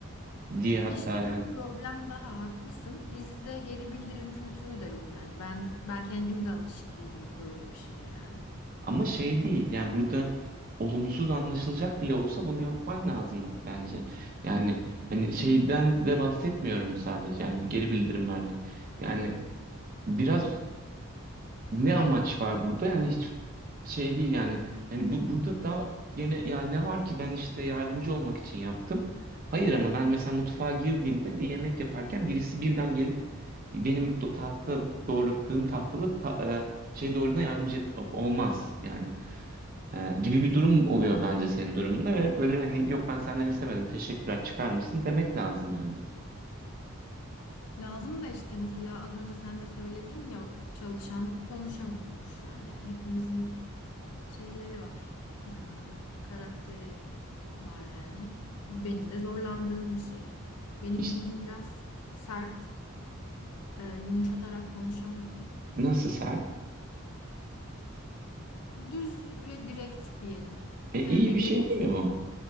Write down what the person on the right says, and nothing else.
diye hatta
yani
Ama şey değil yani burada olumsuz anlaşılacak bile olsa bunu yapman lazım bence. Yani hani şeyden de bahsetmiyorum sadece yani bir geri bildirim vermek. Yani biraz ne amaç var burada yani hiç şey değil yani hani bu burada da gene ya ne var ki ben işte yardımcı olmak için yaptım. Hayır ama ben mesela mutfağa girdiğimde bir yemek yaparken birisi birden gelip benim do- tahta doğradığım tahtada ta- e, şey doğradığına yardımcı et- olmaz yani. Ee, gibi bir durum oluyor bence senin durumunda ve böyle hani yok ben senden istemedim teşekkürler çıkar mısın demek lazım yani.
İşte
nasıl sen?
E,
iyi
bir
şey değil mi bu?